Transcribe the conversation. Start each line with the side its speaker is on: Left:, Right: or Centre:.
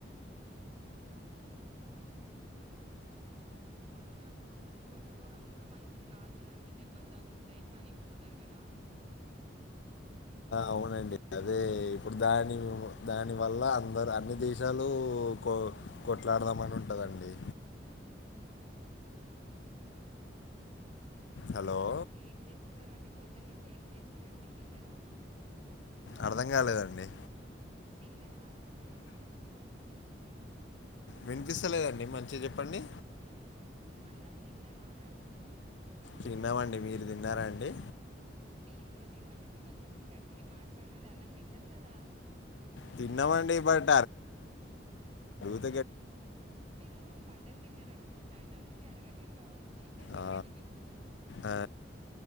Right: అవునా కొట్టు కొట్టుకోవడం కూడా మంచిది కాదు కదాండి దెబ్బలు తగులుతాయి చనిపోతారు కదా
Left: అవునండి అదే ఇప్పుడు దాని దానివల్ల అందరు అన్ని దేశాలు కొ కొట్లాడదామ అని ఉంటుందండి
Right: అవునా
Left: హలో
Right: ఏం చేస్తున్నారండి పొద్దు నుంచి ఏం చేసిరండి తిన్నారా
Left: అర్ధం కాలేదండి
Right: తిన్న అంటంటన్నా
Left: వినిపిస్తలేదండి మంచిగా చెప్పండి
Right: అన్నం తిన్నరా అని అడుగుతున్నా
Left: తిన్నామండి మీరు తిన్నారా అండి
Right: మేము కూడా తిన్నామండి కొంచెం గట్టిగా మాట్లాడండి అన్నం తింటరు కదా
Left: తిన్నవడి బట <unintelligible>
Right: మీరు మటన్ డిన్నర్ అన్ ఉం <unintelligible> ఉటాండి అందుకే అరగలేదు కావచ్చు చికెన్ తినండి
Left: ఆ,
Right: మీరు
Left: ఆ,